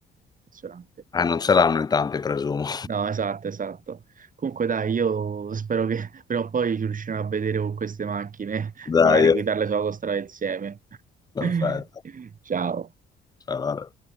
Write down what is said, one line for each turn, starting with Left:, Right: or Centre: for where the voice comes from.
Right: impressionante.
Left: Eh, non ce l'hanno in tanti, presumo.
Right: No, esatto, esatto. Comunque dai, io spero che <laughs> prima o poi ci riusciremo a vedere con queste macchine
Left: <laughs> Dai,
Right: e magari guidarle sull'autostrada insieme.
Left: perfetto.
Right: <laughs> Ciao.
Left: Allora.